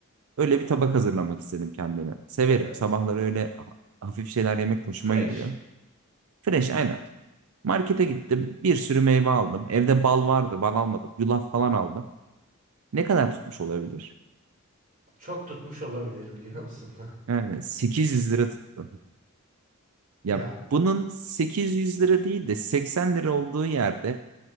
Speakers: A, on the right; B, on the right.
A: öyle bir tabak hazırlamak istedim kendime. Severim
B: Evet.
A: sabahları öyle ha- hafif şeyler yemek hoşuma
B: Fresh.
A: gidiyor. Fresh aynen. Markete gittim bir sürü meyve aldım. Evde bal vardı bal almadım. Yulaf falan aldım. Ne kadar tutmuş olabilir?
B: Çok tutmuş olabilir biliyor musun? <laughs>
A: Yani 800 lira tuttu. Ya
B: Ya
A: bunun 800 lira değil de 80 lira olduğu yerde